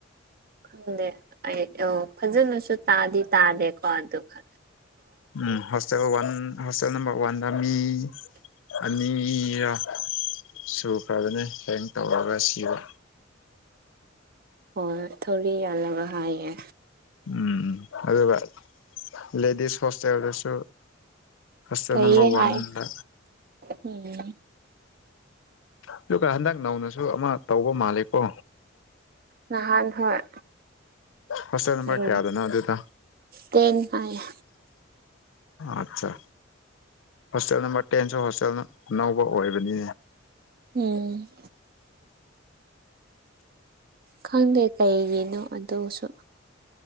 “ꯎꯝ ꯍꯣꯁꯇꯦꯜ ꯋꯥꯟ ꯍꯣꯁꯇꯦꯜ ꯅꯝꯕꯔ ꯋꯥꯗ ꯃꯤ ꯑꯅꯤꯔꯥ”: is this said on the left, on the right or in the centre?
Left